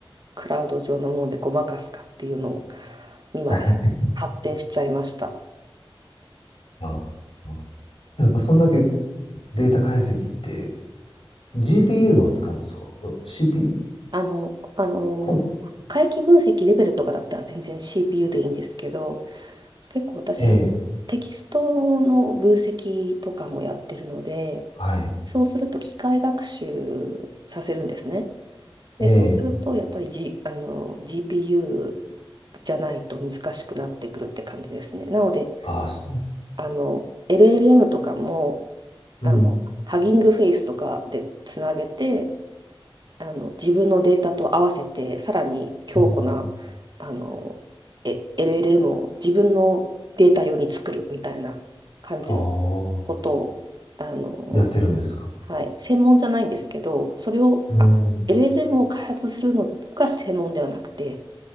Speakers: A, on the right (about 50°); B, on the left (about 75°).
A: クラウド上のものでごまかすかっていうのにまで発展しちゃいました。
B: <laughs> まあ、でもやっぱそんだけデータ解析って GPU のを使うんですか ?CPU、
A: あの、あの、
B: コン、
A: 回帰分析レベルとかだったら全然 CPU でいいんですけど、結構私、
B: ええ、
A: あのテキストの分析とかもやってるので、
B: はい、
A: そうすると機械学習させるんですね。
B: ええ、
A: で、そうするとやっぱり、G、あの GPU じゃないと難しくなってくるって感じですね。なので、
B: ああ、そう、
A: あの LLM とかも
B: うん、
A: あのハギングフェイスとかでつなげてあの自分のデータと合わせてさらに強固な
B: うん、
A: あのえ LLM を自分のデータ用に作るみたいな感じの
B: ああ、
A: ことをあの、
B: やってるんですか
A: はい、専門じゃないんですけどそれをあ
B: うん、
A: LLM を開発するのが専門ではなくて